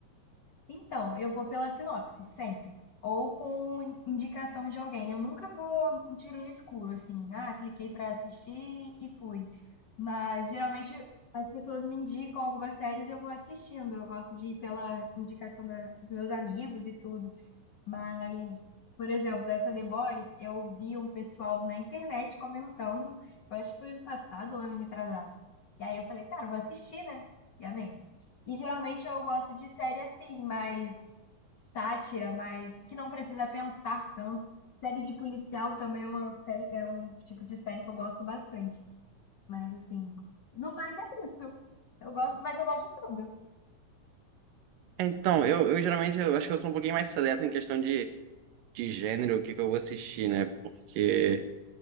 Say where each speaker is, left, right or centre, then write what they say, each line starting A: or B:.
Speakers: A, on the left; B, on the right.
A: Então, eu vou pela sinopse, sempre. Ou com indicação de alguém. Eu nunca vou um tiro no escuro, assim. Ah, cliquei pra assistir e fui. Mas geralmente as pessoas me indicam algumas séries e eu vou assistindo. Eu gosto de ir pela indicação da- dos meus amigos e tudo. Mas, por exemplo, essa The Boys, eu vi um pessoal na internet comentando, eu acho que foi ano passado ou ano retrasado. E aí eu falei, cara, eu vou assistir, né? E amei. E geralmente eu gosto de série assim, mais sátira, mais que não precisa pensar tanto. Série de policial também é uma série, é um tipo de série que eu gosto bastante. Mas assim, no mais é isso. Eu gosto, mas eu gosto de tudo.
B: É, Então, eu, eu geralmente, eu acho que eu sou um pouquinho mais seleto em questão de, de gênero, o que que eu vou assistir, né, porque...